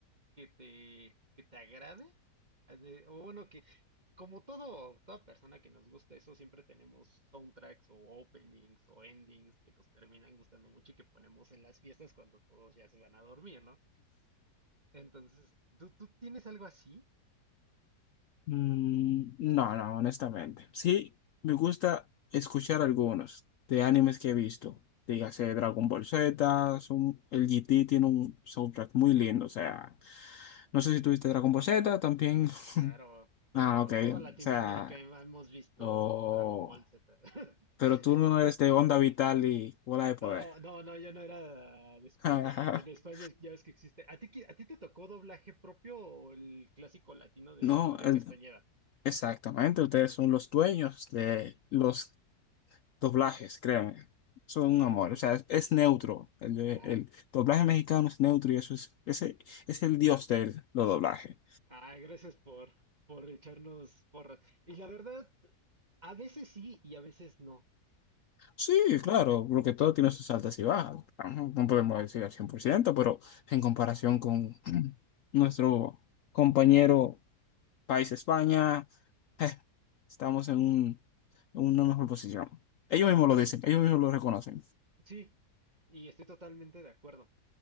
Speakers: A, on the right; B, on the left.
A: que te, que te agrade, a de- o bueno, que como todo, toda persona que nos gusta eso, siempre tenemos soundtracks o openings o endings que nos terminan gustando mucho y que ponemos en las fiestas cuando todos ya se van a dormir, ¿no? Entonces, ¿tú, tú tienes algo así?
B: Mm, no, no, honestamente. Sí, me gusta escuchar algunos de animes que he visto. Dígase Dragon Ball Z, son- el GT tiene un soundtrack muy lindo. O sea, no sé si tuviste Dragon Ball Z también. <laughs>
A: Claro, todo,
B: Ah, ok.
A: toda Latinoamérica
B: O sea,
A: hemos visto
B: oh,
A: Dragon Ball Z. <laughs>
B: pero tú no eres de Onda Vital y Bola de Poder.
A: No, no, no, yo no era de España.
B: <laughs>
A: En España ya ves que existe. ¿A ti, qui- a ti te tocó doblaje propio o el clásico latino de
B: No,
A: Mario
B: el-
A: Castañeda?
B: exactamente. Ustedes son los dueños de los doblajes, créanme. Son
A: Ah,
B: un amor,
A: entonces,
B: o sea, es, es neutro. El, de-
A: ajá.
B: el doblaje mexicano es neutro y eso es, ese, es el dios de los doblajes.
A: Ah, gracias por, por echarnos porras. Y la verdad, a veces sí y a veces no.
B: Sí, claro, porque todo tiene sus altas y bajas. Ajá, No podemos
A: Ah,
B: decir al cien por ciento pero en comparación con <clears throat> nuestro compañero país España, eh, estamos en un- en una mejor posición. Ellos
A: pero,
B: mismos
A: pero,
B: lo dicen, ellos mismos lo reconocen.
A: sí, y estoy totalmente de acuerdo.